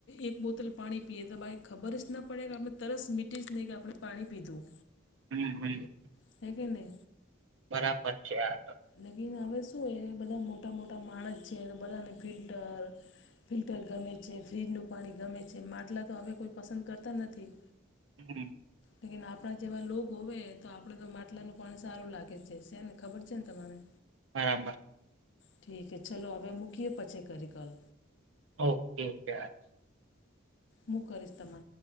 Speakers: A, on the left; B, on the right.
A: એક બોતલ પાણી પીએ તો બાય ખબર જ ના પડે કે આપણે તરસ મીટી જ નહી કે આપણે પાણી પીધું
B: હમ હમ.
A: થય ગય ને
B: બરાબર છે, આ ત
A: લેકીન હવે શું એ બધા મોટા મોટા માણસ છે, તો બધાને ફિલ્ટર ફિલ્ટર ગમે છે, ફ્ર્રીજનું પાણી ગમે છે, માટલા તો હવે કોઈ પસંદ કરતા નથી
B: <inaudible>
A: તી આપડા જેવા લોગ હોવે તો આપડે તો માટલાનું પાણી સારું લાગે છે, સે ને ખબર ચિંન તમારે
B: બરાબર.
A: ઠીકે ચલો હવે મૂકીએ પછી કરી કલ
B: ઓકે ઓકે.
A: મુું કરીશ તમે?